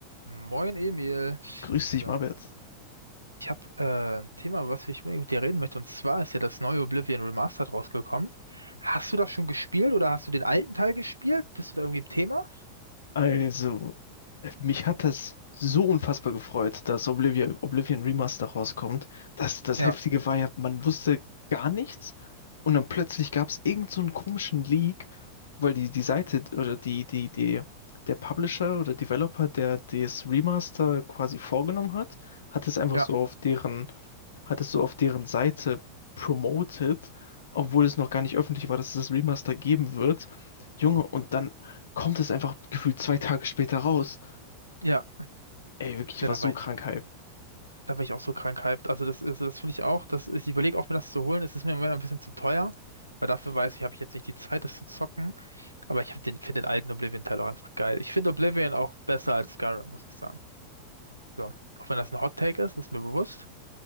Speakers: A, on the right (about 80°); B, on the left (about 65°).
A: Moin Emil.
B: Grüß dich,
A: So.
B: Marbert.
A: Ich habe äh, ein Thema, was ich mit dir reden möchte. Und zwar ist ja das neue Oblivion Remastered rausgekommen. Hast du das schon gespielt oder hast du den alten Teil gespielt? Bist du da irgendwie im Thema?
B: Also, äh, mich hat das so unfassbar gefreut, dass Oblivion, Oblivion Remaster rauskommt. Das, das
A: Ja,
B: Heftige war ja, man wusste gar nichts und dann plötzlich gab es irgend so einen komischen Leak, weil die, die Seite oder die, die, die, der Publisher oder Developer, der das Remaster quasi vorgenommen hat, hat es einfach
A: ja,
B: so auf deren hat es so auf deren Seite promoted, obwohl es noch gar nicht öffentlich war, dass es das Remaster geben wird. Junge, und dann kommt es einfach gefühlt zwei Tage später raus.
A: ja.
B: Ey, wirklich, ich
A: Ja,
B: war
A: da
B: so
A: war
B: krank
A: ich,
B: hyped.
A: da war ich auch so krank hyped. Also das, also das finde ich auch. Das, ich überlege auch, mir das zu holen. Es ist mir im Moment ein bisschen zu teuer, weil dafür weiß ich, habe ich jetzt nicht die Zeit, das zu zocken. Aber ich hab den, finde den alten Oblivion-Teil auch einfach geil. Ich finde Oblivion auch besser als Skyrim, muss ich sagen. So. Auch wenn das ein Hot Take ist, ist mir bewusst.